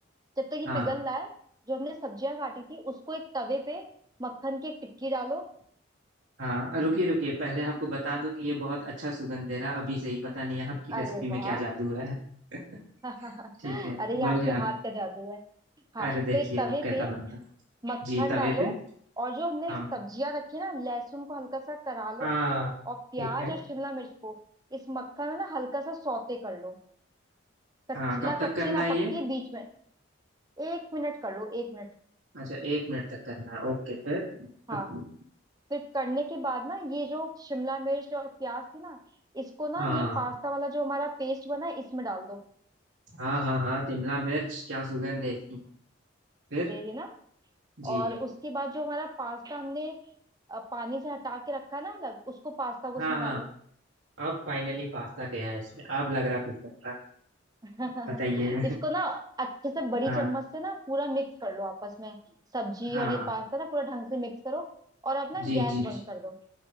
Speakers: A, on the right (about 20°); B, on the right (about 70°).
A: जब तक ये
B: हाँ
A: पिघल रहा है जो हमने सब्जियां काटी थी उसको एक तवे पे मक्खन की एक टिक्की डालो
B: हाँ रुकिए रुकिए पहले आपको बता दूं कि ये बहुत अच्छा सुगंध दे रहा अभी से ही पता नहीं आपकी रेसिपी
A: अरे
B: में
A: वाह
B: क्या जादू है <laughs>
A: <laughs>
B: ठीक है
A: अरे ये आपके
B: बोलिए आप
A: हाथ का जादू है हाँ
B: अरे देखिए
A: तो एक तवे
B: अब कैसा
A: पे
B: बनता
A: मक्खन
B: जी तवे
A: डालो
B: पे
A: और जो हमने
B: हम
A: सब्जियां रखी ना लहसुन को हल्का सा करा लो
B: हाँ
A: और प्याज
B: ठीक है
A: और शिमला मिर्च को इस मक्खन में ना हल्का सा सौते कर लो कच्ची
B: हाँ कब
A: ना
B: तक
A: कच्ची
B: करना
A: ना
B: है
A: पक्की
B: ये
A: बीच में एक मिनट कर लो एक मिनट
B: अच्छा एक मिनट तक करना है ओके फिर
A: हाँ
B: अब-
A: फिर करने के बाद ना ये जो शिमला मिर्च और प्याज थी ना इसको ना
B: हाँ
A: ये पास्ता वाला जो हमारा पेस्ट बना है इसमें डाल दो
B: हाँ हाँ हाँ शिमला मिर्च क्या सुगंध है इसकी फिर
A: दे रही है ना
B: जी
A: और उसके बाद जो हमारा पास्ता हमने अ, पानी से हटा के रखा ना अलग उसको पास्ता को
B: हाँ
A: उसमें
B: हाँ
A: डालो
B: अब फाइनली पास्ता गया है इसमें अब लग रहा कुछ बन रहा है।
A: <laughs>
B: बताइए
A: इसको ना अच्छे से बड़ी
B: हाँ
A: चम्मच से ना पूरा मिक्स कर लो आपस में सब्जी
B: हाँ
A: और ये पास्ता ना पूरा ढंग से मिक्स करो और अब ना
B: जी
A: गैस
B: जी
A: बंद
B: जी
A: कर दो